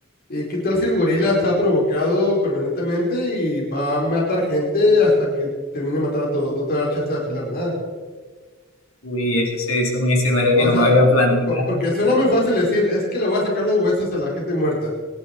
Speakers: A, on the left; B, on the left.
A: Eh, ¿qué tal si el gorila está provocado permanentemente y va a matar gente hasta que termine de matar a todos? No te va a dar chance de afilar nada.
B: Uy, eso, sí, eso es un escenario
A: O
B: que no
A: sea,
B: me había planteado.
A: po- porque suena muy fácil decir, es que le voy a sacar los huesos a la gente muerta.